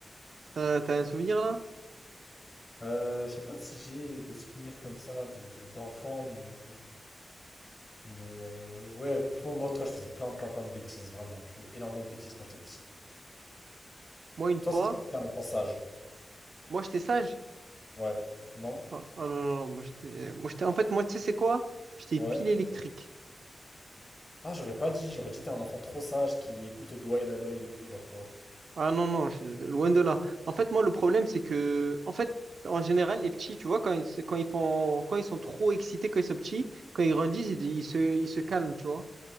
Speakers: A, on the right; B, on the left.
A: Euh, t'as un souvenir là?
B: Euh, je sais pas si j'ai des souvenirs comme ça de, de- d'enfant, mais, euh, mais euh, ouais, franchement, moi, en tout cas, je faisais plein, plein, plein de bêtises, vraiment. Je faisais énormément de bêtises quand j'étais petit.
A: Moi, une fois,
B: Toi, ça se voit que t'étais un enfant sage.
A: moi j'étais sage.
B: Ouais. Non?
A: Ah ah non, non, non, moi j'étais. Moi j'étais. En fait, moi, tu sais, c'est quoi? J'étais
B: Ouais.
A: pile électrique.
B: Ah, j'aurais pas dit, j'aurais dit t'es un enfant trop sage qui écoute au doigt et à l'œil et tout, genre, tu vois.
A: Ah non, non, je- loin de là. En fait, moi, le problème, c'est que. En fait, en général, les petits, tu vois, quand ils, se- quand ils font... quand ils sont trop excités, quand ils sont petits, quand ils grandissent, ils, ils se... ils se calment, tu vois.